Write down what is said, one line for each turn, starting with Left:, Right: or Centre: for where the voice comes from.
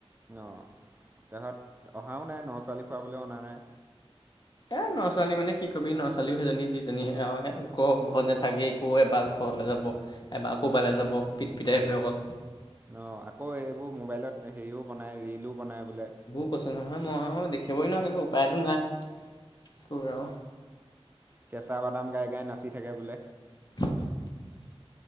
Right: অ, দেহত অহাও নাই নৰা ছোৱালিক খুৱাবলে অনা নাই।
Left: এ নৰা ছোৱালী মানে কি কবি নৰা ছোৱালীও সেইজনী যিজনীহে আউ হে ঘৰত নাথাকে একৌ এবাৰ ঘৰলে যাব। এবাৰ ক'পালে যাব পিট পিটাই ফুৰে অকল।
Right: অ, আকৌ এইবোৰ মোবাইলত হেৰিও বনাই ৰিলো বনাই বোলে।
Left: কৈছিলোঁ নহয় মইওঁ দেখিবই নোৱাৰোঁ কিন্তু উপায়টো নাই টোৰ আৰু।
Right: কেঁচা বাদাম গাই -গাই নাচি থাকে বোলে?
Left: <inaudible>